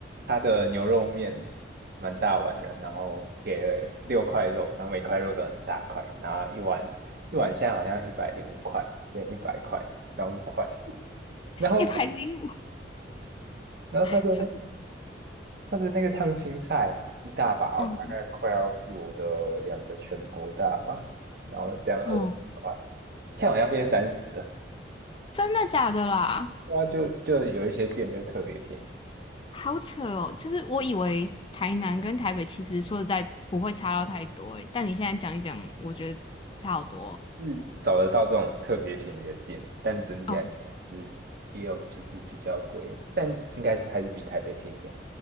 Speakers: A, on the right; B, on the left.
A: 它的牛肉面蛮大碗的，然后给了六块肉，然后每块肉都很大块，然后一碗一碗现在好像一百零五块吧，现在一百块，涨五块。然后
B: 一百零五，
A: 然后它的那
B: <laughs> 是吗？
A: 它的那个烫青菜一大把哦大概快要是我的两个拳头大吧，
B: 嗯
A: 然后这样二十块，
B: 嗯，
A: 现在好像变三十。
B: 真的假的啦？
A: 对啊，就就有一些店就特别便宜，
B: 好扯哦！就是我以为台南跟台北其实说实在不会差到太多诶，但你现在讲一讲，我觉得差好多
A: 嗯，找得到这种特别便宜的店，但整体来说还是也有就是比较贵，
B: 哦。哦
A: 但应该是还是比台北便宜啊。